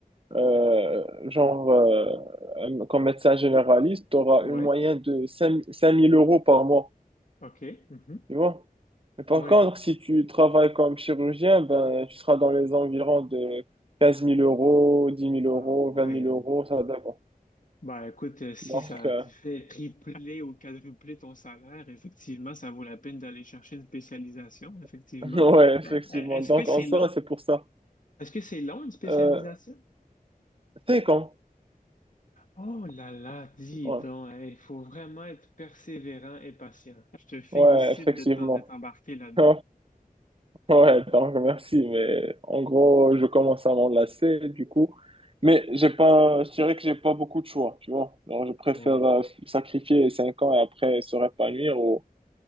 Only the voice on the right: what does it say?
euh, genre euh, euh, comme médecin généraliste, tu auras
une moyenne de cinq mille euros par mois,
tu vois. Mais par
contre, si tu travailles comme chirurgien, ben, tu seras dans les environs de quinze mille euros, dix mille euros,
vingt mille euros, ça dépend.
Donc,
euh,
<laughs> ouais, effectivement.
Donc,
en soi,
c'est pour ça.
Euh, c'est quand?
Ouais.
Ouais, effectivement.
<laughs> Ouais, donc, merci. Mais en gros, je commence à m'enlacer, du coup. Mais j'ai pas, je dirais que j'ai pas beaucoup de choix, tu vois. Alors, je préfère
euh, sacrifier 5 ans et après se répanouir ou